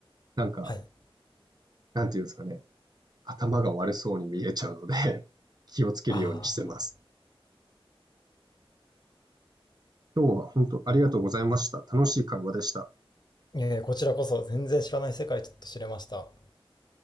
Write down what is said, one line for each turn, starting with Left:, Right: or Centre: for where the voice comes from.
Right: なんか、
Left: はい。
Right: なんていうんですかね、頭が悪そうに見えちゃうので <laughs> 気をつけるようにしてます。
Left: ああ、
Right: 今日は本当ありがとうございました。楽しい会話でした。
Left: いえいえこちらこそ全然知らない世界ちょっと知れました。